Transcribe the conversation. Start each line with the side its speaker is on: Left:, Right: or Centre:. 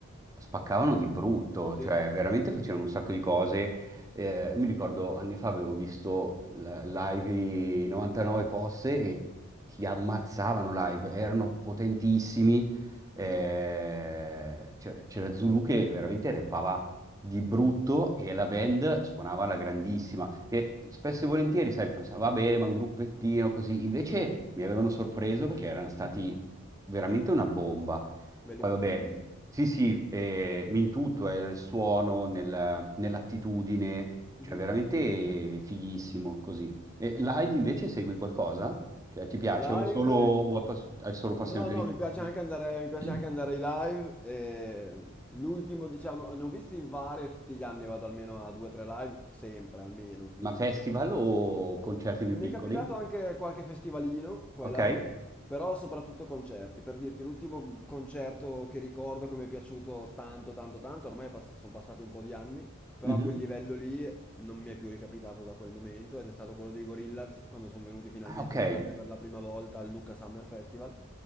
Right: spaccavano di brutto,
Centre: Sì,
Right: cioè veramente facevano un sacco di cose. Eh, mi ricordo anni fa avevo visto la- live i 99 Posse e ti ammazzavano live, erano potentissimi. Eh,
Centre: Mh-mh.
Right: c'era c'era Zulu che veramente repava di brutto e la band suonava alla grandissima. E spesso e volentieri, sai, pensavo, vabbè, ma un gruppettino così. Invece mi avevano sorpreso perché erano stati
Centre: Mh-mh.
Right: veramente una bomba.
Centre: Belli
Right: Poi,
Centre: potenti.
Right: vabbè, sì, sì, eh, in tutto, eh, nel suono, nel- nell'attitudine, cioè
Centre: Mh-mh.
Right: veramente fighissimo così. E live invece segui qualcosa? Cioè, ti piace
Centre: Live
Right: o solo, o pass- hai solo passione
Centre: no,
Right: per
Centre: no,
Right: i dischi?
Centre: mi piace anche andare mi piace
Right: <clears throat>
Centre: anche andare ai live, ehm, l'ultimo diciamo ne ho visti vari, tutti gli anni vado almeno a 2, 3 live, sempre almeno, un minimo.
Right: Ma festival o concerti più
Centre: Mi
Right: piccoli?
Centre: è capitato anche qualche festivalino qua
Right: Ok?
Centre: e là, però soprattutto concerti. Per dirti, l'ultimo concerto che ricordo che mi è piaciuto tanto, tanto, tanto, ormai sono passati un po' di anni, però
Right: Mhm.
Centre: a quel livello lì non mi è più ricapitato da quel momento ed è stato quello dei Gorillaz quando sono venuti finalmente
Right: Ah, ok.
Centre: in Italia per la prima volta al Lucca Summer Festival,